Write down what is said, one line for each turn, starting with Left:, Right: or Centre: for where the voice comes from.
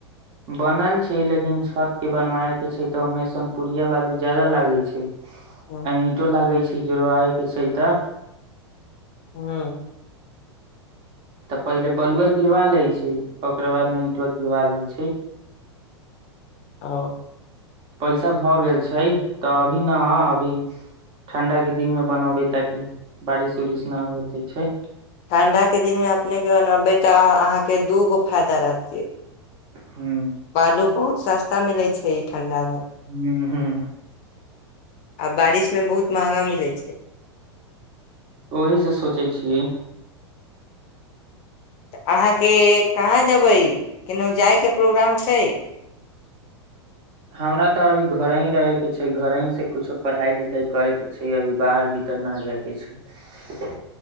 Right: बनल छै लेकिन छत के बनवाय के छै तऽ ओमे सोन पुुरिया बालू ज्यादा लागे छै आ
Left: हूँ
Right: ईंटो लागे छै जोड़वाबे कऽ छै तऽ
Left: हू
Right: तऽ पहिले बलुए गिरवा लै छै ओकरा बाद मे ईंटो गिरवा लै छै
Left: ओ
Right: पैसा भऽ गेल छै तऽ अभी नऽ अभी ठंडा के दिन में बनाबय ताकि बारिश उरिश नऽ होते छै
Left: ठंडा के दिन में अपने के बनबे तऽ अहाँ कऽ दूगो फायदा रहतियै
Right: हूँ
Left: बालू बहुत सस्ता मिलै छै ई ठंडा मऽ
Right: हूँ हूँ
Left: आ बारिश मे बहुत महँगा मिलै छैय
Right: ओहि से सोचै छियै
Left: तऽ अहाँके कहाँ जेबै केनहु जायके प्रोग्राम छै
Right: हमरा तऽ अभी घरही रहे कऽ छै घर ही से कुछो पढ़ाई लिखाई करे के छै अभी बाहर भीतर नऽ जायके छै